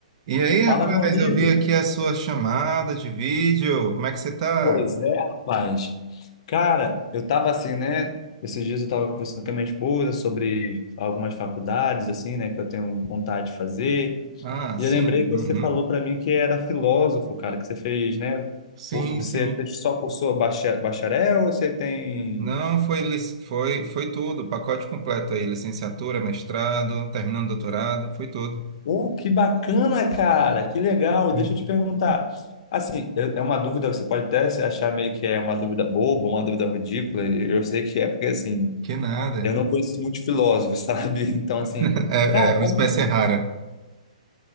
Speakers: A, on the right; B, on the left.
A: E aí, rapaz,
B: Fala, meu amigo.
A: eu vi aqui a sua chamada de vídeo. Como é que você tá?
B: Pois é, rapaz. Cara, eu tava assim, né? Esses dias eu tava conversando com a minha esposa sobre algumas faculdades, assim, né, que eu tenho vontade de fazer.
A: Ah, sim.
B: E eu lembrei que
A: uhum.
B: você falou para mim que era filósofo, cara, que você fez, né?
A: Sim,
B: o- Você
A: sim.
B: fez só cursou bacha- bacharel ou você tem.
A: Não, foi, lic- foi, foi tudo, o pacote completo aí, licenciatura, mestrado, terminando doutorado, foi tudo.
B: Oh, que bacana, cara! Que legal! Deixa
A: Hum.
B: eu te perguntar. Assim, é é uma dúvida, você pode até se achar meio que é uma dúvida boba, uma dúvida ridícula, e eu sei que é porque assim.
A: Que nada.
B: Eu não conheço muito filósofo, <laughs> sabe? Então,
A: <laughs>
B: assim,
A: É,
B: cara,
A: é uma
B: como
A: espécie
B: é que,
A: rara.